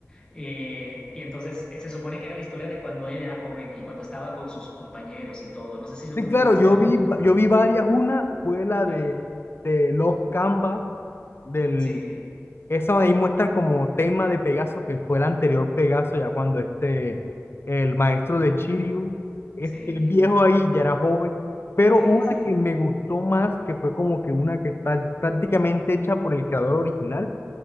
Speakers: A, on the left; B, on the left.
A: Eh, y entonces eh, se supone que era la historia de cuando él era joven y cuando estaba con sus compañeros y todo. No sé si
B: Sí,
A: tú
B: claro,
A: lo llegaste
B: yo
A: a ver.
B: vi, yo vi varias. Una fue la
A: Sí,
B: de, de Love Canva, del,
A: sí,
B: Eso ahí muestran como tema de Pegaso, que fue el anterior Pegaso, ya cuando este, el maestro de Shiryu, este
A: sí,
B: el viejo ahí ya era joven, pero
A: sí,
B: una
A: sí,
B: que me gustó más, que fue como que una que está prácticamente hecha por el creador original,